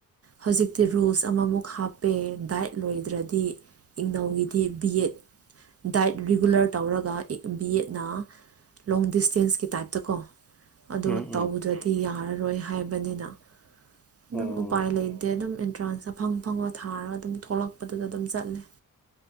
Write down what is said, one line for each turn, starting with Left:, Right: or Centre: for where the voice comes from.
Right: ꯍꯧꯖꯤꯛꯇꯤ ꯔꯨꯜꯁ ꯑꯃꯃꯨꯛ ꯍꯥꯞꯄꯦ ꯗꯥꯏꯠ ꯂꯣꯏꯗ꯭ꯔꯗꯤ ꯏꯪꯅꯧꯒꯤꯗꯤ ꯕꯤ ꯑꯦꯠ ꯗꯥꯏꯠ ꯔꯤꯒꯨꯂꯔ ꯇꯧꯔꯒ ꯕꯤ ꯑꯦꯠꯅ ꯂꯣꯡ ꯗꯤꯁꯇꯦꯟꯁꯀꯤ ꯇꯥꯏꯞꯇ ꯀꯣ ꯑꯗꯣ
Centre: ꯎꯝ
Right: ꯇꯧꯗ꯭ꯔꯗꯤ
Centre: ꯎꯝ
Right: ꯌꯥꯔꯅꯤ ꯌꯥꯔꯣꯏ ꯍꯥꯏꯕꯅꯤꯅ ꯑꯗꯨ
Centre: ꯑꯣꯀꯦ
Right: ꯎꯄꯥꯏ ꯂꯩ ꯑꯗꯨꯝ ꯑꯦꯟꯇ꯭ꯔꯥꯟꯁꯇ ꯐꯪ ꯐꯪꯕ ꯊꯥꯔꯒ ꯑꯗꯨꯝ ꯊꯣꯛꯂꯛꯄꯗꯨꯗ ꯑꯗꯨꯝ ꯆꯠꯂꯦ